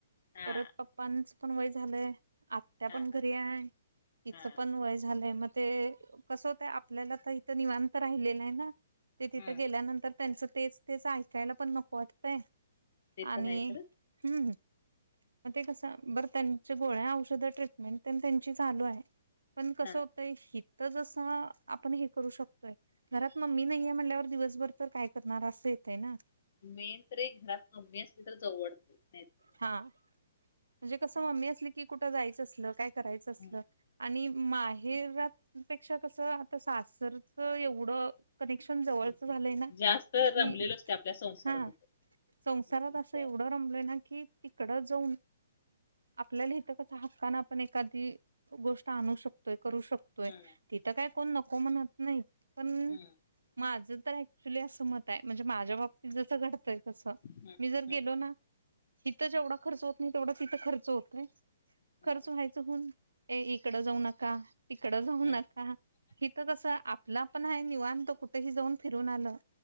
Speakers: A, on the left; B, on the right.
A: हा
B: परत पप्पांच पण वय झालंय आत्या
A: हा
B: पण
A: हा
B: घरी आहे तिचं
A: हा
B: पण वय झालंय मग ते कस होतय आपल्याला तर इथं निवांत राहिलेलं आहे ना ते तिथं
A: हम्म
B: गेल्यानंतर त्यांचं तेच तेच ऐकायला पण नको वाटतंय
A: ते
B: आणि
A: पण आहे खरं
B: हम्म. मग ते कसं बरं त्यांच्या गोळ्या, औषध, ट्रीटमेंट पण त्यांची चालू हाय. पण कसं
A: हा
B: होतय हिथं जसं आपण हे करू शकतो य घरात मम्मी नाहीये म्हणल्यावर दिवसभर तर काय करणार असं येतय ना.
A: मेन तर एक घरात मम्मी असली तरच जाऊ वाटतंय.
B: हां म्हणजे कसं मम्मी असली की कुठं जायचं असलं काय करायचं असलं
A: हम्म.
B: आणि माहेरात पेक्षा कस आता सासरच एवढं कनेक्शन जवळचं
A: हम्म.
B: झालंय ना
A: जास्त
B: कि
A: रमलेलो असते आपल्या संसारात
B: हां
A: असं.
B: संसारात
A: मुलीच्या
B: असं एवढं रमलय ना की तिकडं जाऊन आपल्याला इथं कस हक्कान आपण एखादी गोष्ट आणू शकतोय करू शकतो तोय
A: हम्म,
B: तिथं काय कोण नको म्हणत नाही पण
A: हम्म,
B: माझं तर ऍक्च्युली असं मत आहे म्हणजे माझ्या बाबतीत जसं घडतंय तसं
A: हम्म,
B: मी जर
A: हम्म,
B: गेलो ना हिथं जेवढा खर्च होत नाही तेवढा तिथं खर्च होतय,
A: हम्म,
B: खर्च व्हाय च होऊन ए इकडं जाऊ नका, तिकडं जाऊ
A: हम्म,
B: नका. हिथं कसं आपला पण आहे निवांत कुठेही जाऊन फिरून आलं